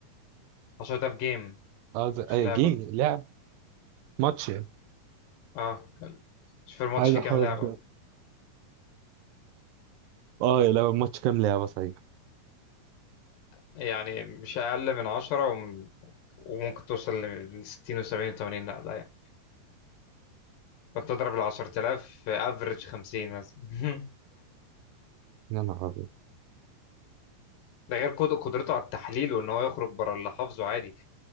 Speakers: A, on the left; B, on the right.
A: عشان ده في جيم
B: عايز
A: مش
B: اي
A: لعبه
B: جيم لعب ماتش يعني
A: اه مش في الماتش
B: عايز
A: في
B: احفظ
A: كام لعبه
B: اه يا لعبة ماتش كام لعبة صحيح
A: يعني مش اقل من 10 وم... وممكن توصل ل 60 و70 و80 لا لا يعني فانت تضرب ال 10000 افريج 50 مثلا <laughs>
B: يا نهار ابيض
A: ده غير قد- قدرته على التحليل وان هو يخرج بره اللي حافظه عادي